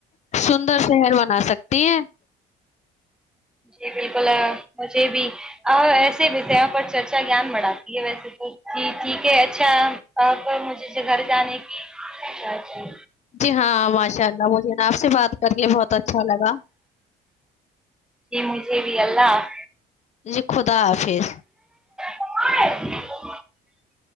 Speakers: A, on the left; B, in the centre.
A: <unintelligible> سندر شہر بنا سکتی ہیں <unintelligible>
B: جی بالکل مجھے بھی ایسے بھیسے یہاں پر چرچا گان بڑھاتی ہے ویسے تو جی ٹھیک ہے اچھا مجھے گھر جانے کی ا جی <unintelligible>
A: جی ہاں ماشاء اللہ مجھے نا آپ سے بات کرے بہت اچھا لگا
B: ج مھے بھی اللہ <unintelligible>
A: لکھو <unintelligible> تا پھر <unintelligible>
B: <inaudible>